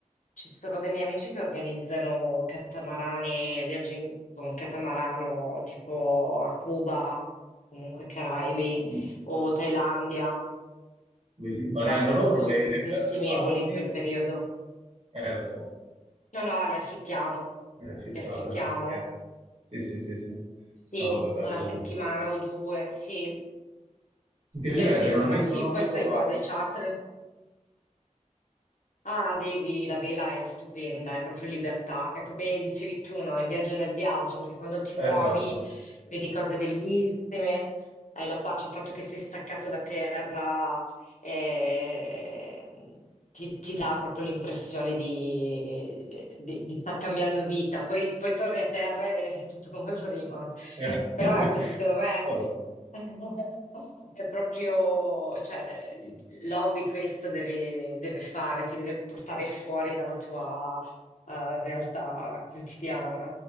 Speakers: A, on the left; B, on the right.
A: Ci sono dei miei amici che organizzano catamarani, viaggi in- con catamarano tipo a Cuba, comunque Caraibi
B: Mm.
A: o Thailandia,
B: Belli- Ma
A: però
B: le hanno
A: sono
B: loro
A: costosissimi
B: le, le- ba- le barche?
A: e voli in quel periodo.
B: Eh, lo so,
A: No, no, le affittiamo,
B: nella città,
A: le affittiamo,
B: ok. ok. Sì, sì, sì, sì.
A: sì,
B: No, vabbè, bello
A: una
B: comunque.
A: settimana o due, sì,
B: Mi piacerebbe,
A: sì, sì, sì,
B: non ho
A: ma
B: mai,
A: sì,
B: non ho
A: poi
B: mai
A: sai
B: provato.
A: cosa, i charter, Ah, devi, la vela è stupenda, è proprio libertà. È come dicevi tu, no? Il viaggio nel viaggio, perché quando ti muovi
B: Esatto.
A: vedi cose bellissime, hai la pace, il fatto che sei staccato da terra eh, ti, ti dà proprio l'impressione di, di, di star cambiando vita. Poi, poi torni a terra ed è <laughs> tutto come prima.
B: Eh.
A: Però
B: <laughs>
A: ecco, secondo me.
B: Vabbè.
A: <laughs> È proprio, cioè, l'hobby questo deve, deve fare, ti deve portare fuori dalla tua, eh, realtà quotidiana.